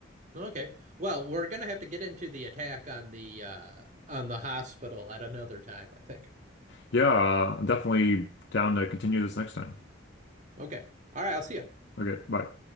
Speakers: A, on the right; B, on the left.
A: Okay. Well, we're gonna have to get into the attack on the uh on the hospital at another time, I think.
B: Yeah, uh, I'm definitely down to continue this next time.
A: Okay. All right, I'll see you.
B: Okay, bye.